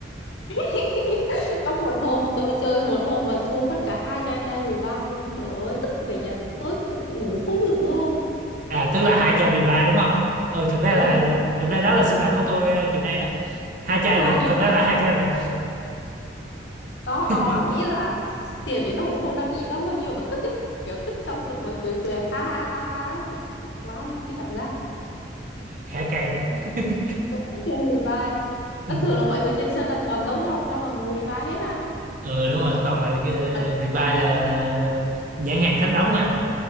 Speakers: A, on the left; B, on the right.
A: <laughs> trong một hôm tôi chơi một hôm mà thua mất cả hai chai chai revive luôn trời ơi tức về nhà tức tối ngủ không được nữa luôn
B: à tức là hai cha revive đúng không ừ thật ra
A: ừ
B: là thật ra đó là sự thật của tôi à, chiều nay đó hai chai
A: hai
B: lận
A: chai
B: thật ra là hai chai lận
A: đó
B: <laughs>
A: đau lắm ý là tiền thì nó cũng không đáng nghĩ đâu bao nhiêu mà tức ấy kiểu tức xong tụi mình cười cười ha ha ha ha Uf, tức lắm cái cảm giác đó
B: khá cày đó
A: Đó,
B: <laughs>
A: cũng chơi revive
B: ừ.
A: nó thường là mọi người trên sân là toàn đấu nhau nhau bằng một revive hết ha
B: ừ đúng rồi toàn là cái
A: Mà,
B: revive là là nhãn hàng thách đấu mà